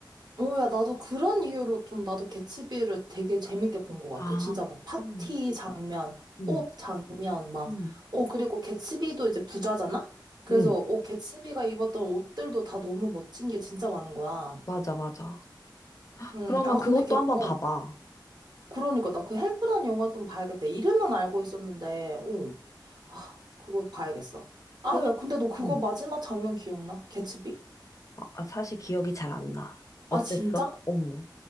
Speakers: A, on the right; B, on the left.
A: 어, 야, 나도 그런 이유로 좀 나도 개츠비를 되게 재밌게 본 것 같아.
B: 아,
A: 진짜 막 파티
B: 음,
A: 장면,
B: 음,
A: 옷 장면, 막.
B: 음.
A: 어, 그리고 개츠비도 이제 부자잖아? 그래서,
B: 응,
A: 어, 개츠비가 입었던 옷들도 다 너무 멋진 게 진짜 많은 거야.
B: 맞아, 맞아.
A: 음,
B: 그러면
A: 아,
B: 그것도
A: 근데 걔,
B: 한번
A: 어.
B: 봐봐.
A: 그러니까 나 그 헬프라는 영화 좀 봐야겠다. 이름은 알고 있었는데, 어. 아, 그거 봐야겠어. 아,
B: 그것,
A: 야, 근데 너 그거
B: 응.
A: 마지막 장면 기억나? 개츠비?
B: 아, 아, 사실 기억이 잘 안 나. 어땠어?
A: 아, 진짜?
B: 어.